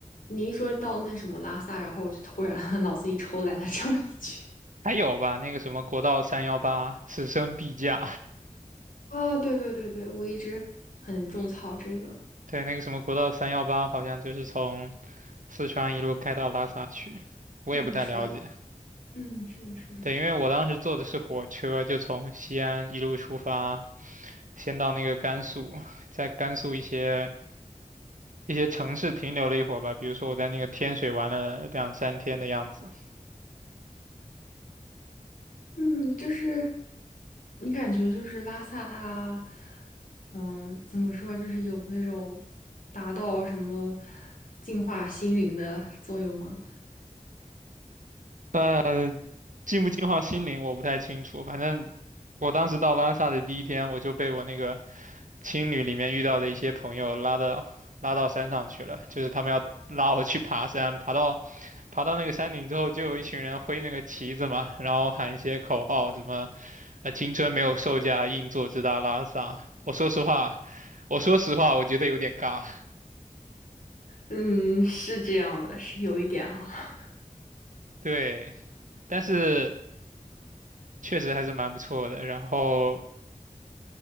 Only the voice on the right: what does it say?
还有吧，那个什么国道三幺八，此生必驾。
<laughs> 对，那个什么国道三幺八，好像就是从四川一路开到拉萨去，我也不太了解。
对，因为我当时坐的是火车，就从西安一路出发。先到那个甘肃，在甘肃一些一些城市停留了一会儿吧，比如说我在那个天水玩了两三天的样子。
呃，净不净化心灵我不太清楚，反正我当时到拉萨的第一天，我就被我那个青旅里面遇到的一些朋友拉到拉到山上去了，就是他们要拉我去爬山，爬到爬到那个山顶之后，就有一群人挥那个旗子嘛，然后喊一些口号，什么呃青春没有售价，硬座直达拉萨。我说实话，我说实话，我觉得有点尬，
<laughs> 对，但是确实还是蛮不错的，然后。